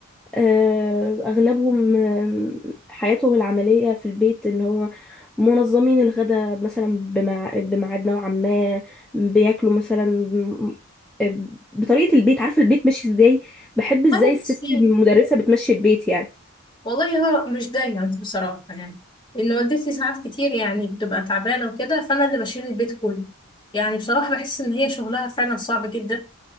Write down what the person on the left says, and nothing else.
طيب
بصي
والله هو مش دايما بصراحة يعني لأن والدتي ساعات كتير يعني بتبقى تعبانة وكده فأنا اللي بشيل البيت كله يعني بصراحة بحس إن هي شغلها فعلا صعب جدا